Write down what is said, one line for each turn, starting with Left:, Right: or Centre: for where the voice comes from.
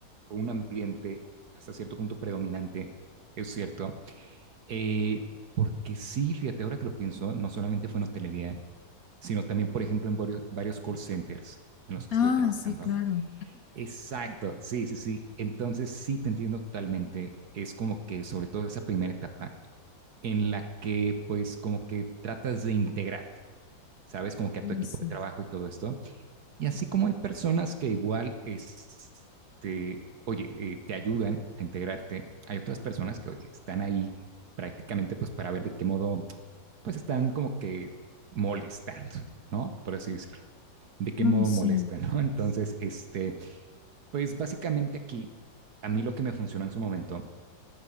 Right: o un ambiente hasta cierto punto predominante, es cierto, eh, porque sí, fíjate, ahora que lo pienso, no solamente fue en hotelería, sino también, por ejemplo, en varios, varios call centers en los que
Left: Ah,
Right: estuve trabajando.
Left: sí, claro.
Right: Exacto, sí, sí, sí. Entonces sí te entiendo totalmente. Es como que sobre todo esa primera etapa en la que pues como que tratas de integrarte, ¿sabes? Como que a
Left: Ay,
Right: tu equipo
Left: sí.
Right: de trabajo y todo esto. Y así como hay personas que igual, este, oye, eh, te ayudan a integrarte, hay otras personas que, oye, están ahí prácticamente pues para ver de qué modo, pues están como que molestando, ¿no? Por así decirlo. De qué modo
Left: Ay, sí.
Right: molestan, ¿no? Entonces, este, pues básicamente aquí, a mí lo que me funcionó en su momento